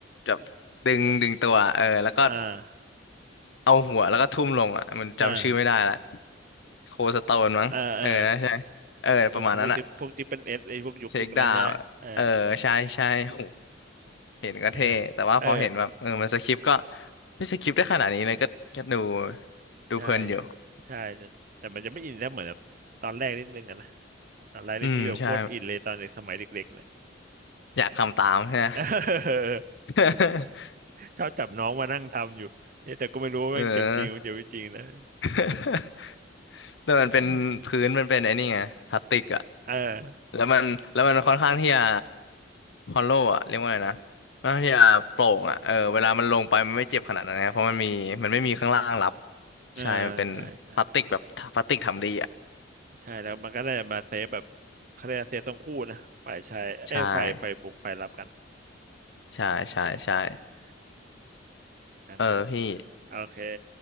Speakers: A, on the left; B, on the right.
A: แบบดึงดึงตัวเออแล้วก็
B: อ่า
A: เอาหัวแล้วก็ทุ่มลงอ่ะมันจำชื่อไม่ได้ละ
B: อ่า
A: โคสโตนมั้งเออนะใช่
B: เออเออ
A: เออประมาณนั้นอ่ะ
B: เพวกพวกที่พวกที่เป็นเอสไอพวกยุคยุคนั้นใช่ไหมเออ
A: เทคดาวเออใช่ใช่โหเห็นก็เท่แต่ว่าพอเห็นแบบเออมันสคริปต์ก็
B: เออเออ
A: ไม่สคริปต์ได้ขนาดนี้เลยก็ก็ดูดูเพลินอยู่
B: ใช่ใช่แต่แต่มันจะไม่อินได้เหมือนแบบตอนแรกนิดนึงอะนะตอนแรกนี่พี่แบบโคตรอินเลยตอนเด็กสมัยเด็กๆเลย
A: อืมใช่อยากทำตามใช่ <laughs> ไหม
B: <laughs> เออ
A: <laughs>
B: ชอบจับน้องมานั่งทำอยู่เนี่ยแต่ก็ไม่รู้ว่าแม่งเจ็บจริงหรือเจ็บไม่จริงนะ
A: เออ <laughs> แต่มันเป็นพื้นมันเป็นไอ้นี่ไงพลาสติกอะ
B: <laughs> เออ
A: แล้วมันแล้วมันค่อนข้างที่จะฮอลโลว์อะเรียกว่าไงนะค่อนข้างที่จะโปร่งอะเออเวลามันลงไปมันไม่เจ็บขนาดนั้นนะเพราะมันมีมันไม่มีข้างล่างรับ
B: เออใช่ใช่
A: ใช่มันเป็นพลาสติกแบบพลาสติกทำดีอะ
B: ใช่แล้วมันก็ได้มาเซฟแบบเขาเรียกว่าเซฟทั้งคู่นะฝ่ายชายเอ้ยฝ่ายฝ่ายบุกฝ่ายรับกัน
A: ใช่ใช่ใช่ใช่
B: เออกันนะ
A: เออพี่
B: โอเค